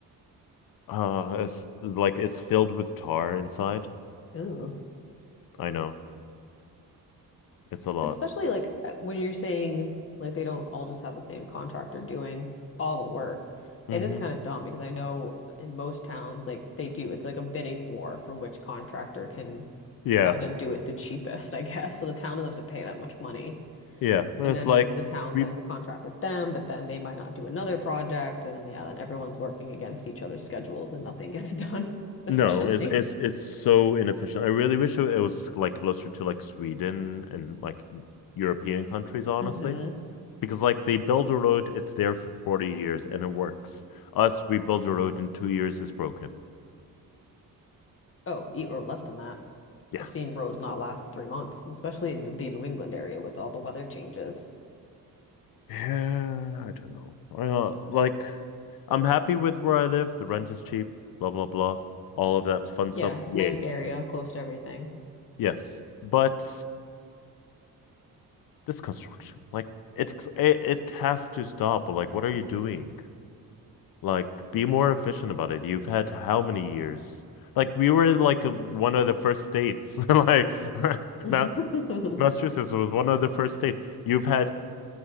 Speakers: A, on the left; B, on the left.
A: uh it's like it's filled with tar inside.
B: Ooh.
A: I know. It's a lot.
B: But especially like uh, when you're saying like they don't all just have the same contractor doing all the work. It
A: Mm-hmm.
B: is kind of dumb because I know in most towns like they do. It's like a bidding war for which contractor can
A: Yeah.
B: kind of do it the cheapest, I guess. So the town doesn't have to pay that much money.
A: Yeah. It's
B: And then
A: like
B: the town
A: we
B: signs a contract with them, but then they might not do another project. And yeah, then everyone's working against each other's schedules and nothing gets <laughs> done efficiently.
A: no, it's it's it's so inefficient. I really wish it was like closer to like Sweden and like European countries, honestly.
B: hmm
A: Because like they build a road, it's there for 40 years and it works. Us, we build a road in two years, it's broken.
B: Oh, e- or less than that.
A: Yeah.
B: I've seen roads not last three months, especially in the New England area with all the weather changes.
A: Yeah, I don't know. I uh, like I'm happy with where I live. The rent is cheap, blah blah blah. All of that fun
B: Yeah,
A: stuff. Yay.
B: nice area, close to everything.
A: Yes. But this construction, like it's it, it has to stop. Like, what are you doing? Like, be more efficient about it. You've had how many years? Like, we were like a, one of the first states. <laughs> Like, <laughs>
B: <laughs>
A: Ma Massachusetts was one of the first states. You've had